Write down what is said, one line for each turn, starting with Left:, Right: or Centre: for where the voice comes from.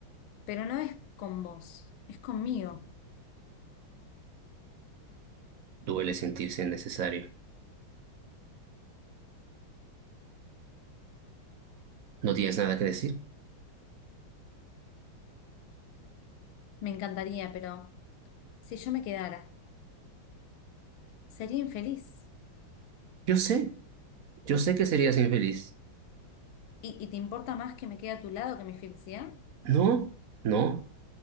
Left: pero no es con vos, es conmigo.
Right: Duele sentirse innecesario. No tienes nada que decir.
Left: Me encantaría, pero si yo me quedara, sería infeliz.
Right: Yo sé, yo sé que serías infeliz.
Left: ¿Y, y te importa más que me quede a tu lado que mi felicidad?
Right: No, no.